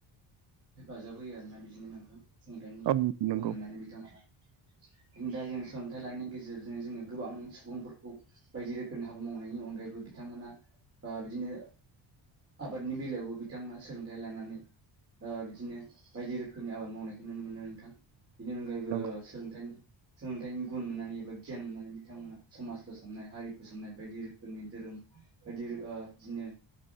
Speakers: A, on the right (about 30°); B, on the right (about 55°).
A: हेफाजाब होयो आरोना बिदिनो नोंथां सोलोंथाइनि
B: औ नंगौ
A: गुन मोननानै बिथांमोनहा दा जों सो थाइ लानायनि गेजेरजों जोङो गोबां सुबुंफोरखौ बायदि रोखोमनि हाबा मावनायनि अनगायैबो बिथांमोना ओ बिदिनो आबादनि बेलायावबो बिथांमोना सोलोंथाइ लानानै ओ बिदिनो बायदि रोखोमनि आबाद मावनायखौ नुनो मोनो नोंथां बेनि ओ अनगायैबो
B: औ
A: सोलोंथाइनि सोलोंथाइनि गुन मोननानै एबा गियान मोननानै बिथांमोना समाज फोसाबनाय हारि फोसाबनाय बायदि रोखोमनि धोरोम बायदि रो ओ बिदिनो